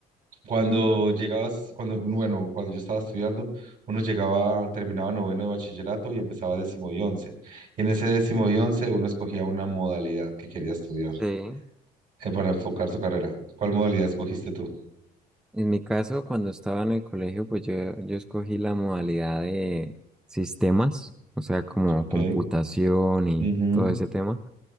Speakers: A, on the right (about 55°); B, in the centre.
A: Cuando
B: Ujú.
A: llegabas, cuando, bueno, cuando yo estaba estudiando, uno llegaba, terminaba noveno de bachillerato y empezaba décimo y once. Y en ese décimo y once uno escogía una modalidad que quería estudiar
B: Sí.
A: eh, para enfocar su carrera. ¿Cuál modalidad escogiste tú?
B: En mi caso, cuando estaba en el colegio, pues yo, yo escogí la modalidad de sistemas, o sea, como
A: Ok.
B: computación y
A: Ujú,
B: todo ese tema.